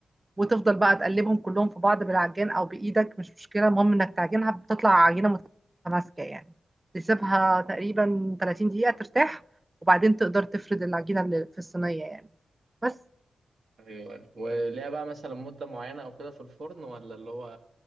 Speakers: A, on the right; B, on the right.
A: وتفضل بقى تقلبهم كلهم في بعض بالعجان أو بإيدك مش مشكلة المهم إنك تعجنها بتطلع عجينة متماسكة يعني تسيبها تقريبا 30 دقيقة ترتاح وبعدين تقدر تفرد العجينة اللي في الصينية يعني بس
B: ايوه أيوة. وليها بقى مثلا مده معينه او كده في الفرن ولا اللي هو